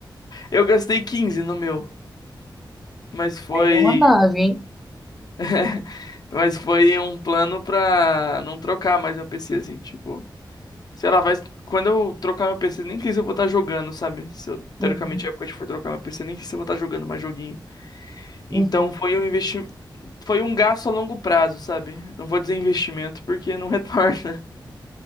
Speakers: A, on the left; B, in the centre.
A: Eu gastei 15 no meu, mas foi.
B: Aí é uma nave, hein?
A: <laughs> Mas foi um plano pra não trocar mais meu PC, assim, tipo. Sei lá, vai. Quando eu trocar meu PC, nem sei se eu vou estar jogando, sabe? Se eu, teoricamente,
B: Uhum.
A: a época que eu for trocar meu PC, nem sei se eu vou estar jogando mais joguinho. Então
B: uhum.
A: foi um investi... foi um gasto a longo prazo, sabe? Não vou dizer investimento porque não <laughs> retorna.